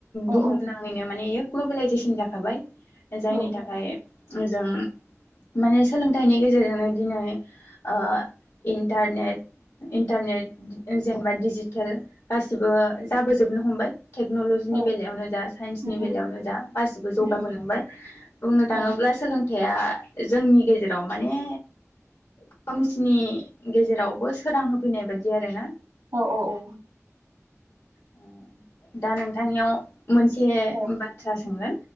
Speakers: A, on the right; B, on the left.
A: औ
B: बुहुम नाङैनो माने ग्ल'बेेलायजेसन जाखाबाय। जायनि
A: औ
B: थाखाय जों माने सोलोंथाइनि गेजेरजोंनो दिनै ओ इन्टारनेट इन्टारनेट जेनेबाि टेल गासिबो जाबोजोबनो हमबाय । टेक्न'ल'जिनि
A: औ
B: बेलायावनो जा साइन्सनि
A: उम
B: बेलायावनो
A: उम
B: जा गासिबो जौगाबोलांबाय
A: उम उम
B: बुंनो थाङोब्ला
A: औ
B: सोलों थाया जोंनि गेजेराव माने खोमसिनि गेजेरावबो सोरां होफैनाय बायदि आरोना।
A: औ औ औ
B: अ। दा नोंथांनियाव मोनसे
A: औ
B: बाथ्रा सोंनो